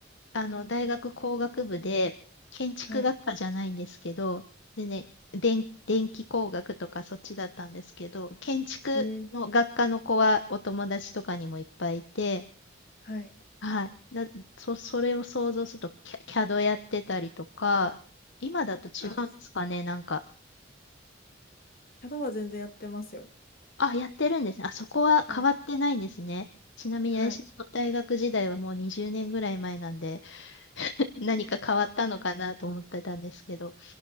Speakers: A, on the left; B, on the left.
A: あの、大学工学部で、建築学科じゃないんですけど、
B: はい。
A: でね、電、電気工学とかそっちだったんですけど、建築の学科の子はお友達とかにもいっぱいいて、
B: えー、はい。
A: はい。だ、そ、それを想像すると、キャ、CAD やってたりとか、今だと違うんですかね、
B: あ、
A: なんか。
B: CAD は全然やってますよ。
A: あ、やってるんですね。あ、そこは変わってないんですね。
B: はい。
A: ちなみに、
B: はい。
A: 私の大学時代はもう20年ぐらい前なんで、<laughs> 何か変わったのかなと思ってたんですけど。